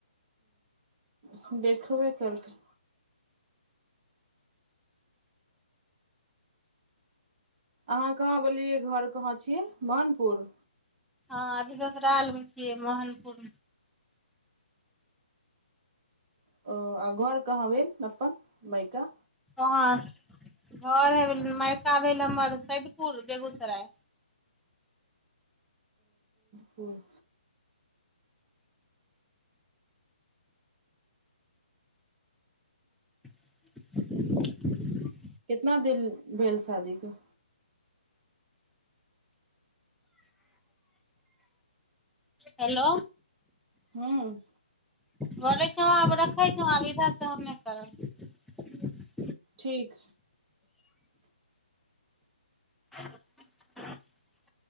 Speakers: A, on the right (about 30°); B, in the centre.
A: ह देखबे करत अहाँ कहाँ बोललियै घर कहाँ छियै महानपुर
B: हँ अभी ससुराल मे छियै मोहनपुर
A: अ आ घोर कहाँ भेल अपनन मायका
B: कहाँ घर ह मायका भेल हमर सैदपुर बेगूसराय
A: हुँ
B: <unintelligible>
A: कितना दिन भेले शादी क
B: हेलो
A: हुँ
B: बोलै छ आ रखै छ इधर से हम नहि करब
A: ठीक
B: <unintelligible>